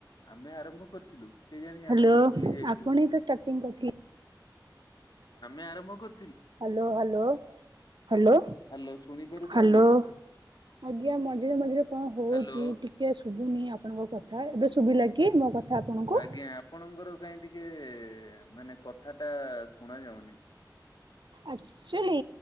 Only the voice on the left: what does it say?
ଆମେ ଆରମ୍ଭ କରିଥିଲୁ କେ ଜାଣି
ଆମେ ତ ଭୁଲି ଯାଇଛୁ।
ଆମେ ଆରମ୍ଭ କରି
ହାଲୋ ଶୁଣି ପାରୁଛନ୍ତି?
ହାଲୋ
ଆଜ୍ଞା ଆପଣଙ୍କର କାହିଁ ଟିକେ ମାନେ। କଥା ଟା ଶୁଣା ଯାଉନି।